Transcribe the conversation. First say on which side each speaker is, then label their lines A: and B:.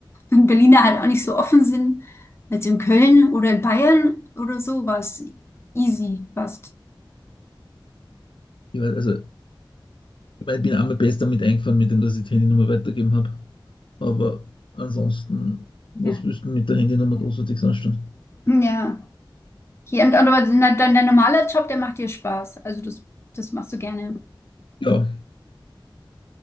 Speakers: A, on the left; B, on the left.
A: wenn Berliner halt auch nicht so offen sind, als in Köln oder in Bayern oder so, war es easy fast.
B: Ich weiß, also, ich meine, ich bin einmal besser damit eingefahren, mit dem, dass ich die Handynummer weitergegeben habe. Aber ansonsten, was
A: Ja.
B: wüssten mit der Handynummer großartig anstellen?
A: Ja. Hier, und aber dein, dein normaler Job, der macht dir Spaß. Also das, das machst du gerne.
B: Ja,